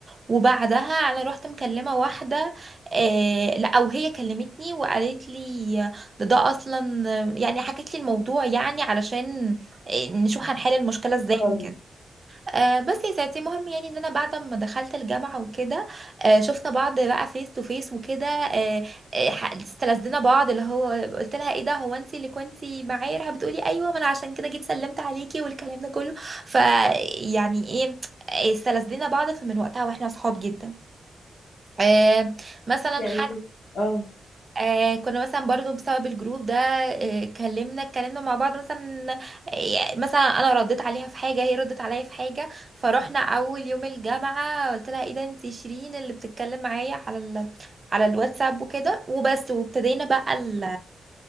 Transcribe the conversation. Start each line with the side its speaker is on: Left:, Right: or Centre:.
Right: وبعدها انا رحت مكلمة واحدة آه لا او هي كلمتني وقالت لي ده ده اصلا يعني حكت لي الموضوع يعني علشان آه، نشوف هنحل المشكلة ازاي
Left: خالص
Right: وكده آه بس يا ساتي المهم يعني ان انا بعد ما دخلت الجامعه وكده آه شفنا بعض بقى فيس تو فيس وكده آه آه، ح- استلذنا بعض اللي هو قلت لها ايه ده هو انت اللي كنتي معايا راح بتقولي ايوه ما انا عشان كده جيت سلمت عليكي والكلام ده كله ف يعني ايه آه، استلذنا بعض فمن وقتها واحنا صحاب جدا آه مثلا
Left: يعني
Right: حاجه
Left: اه
Right: آه كنا مثلا برضو بسبب الجروب ده آه كلمنا اتكلمنا مع بعض مثلا آه، مثلا انا رديت عليها في حاجه هي ردت عليا في حاجه فروحنا اول يوم الجامعه قلت لها ايه ده انت شيرين اللي بتتكلم معايا على ال... على الواتساب وكده وبس وابتدينا بقى ال...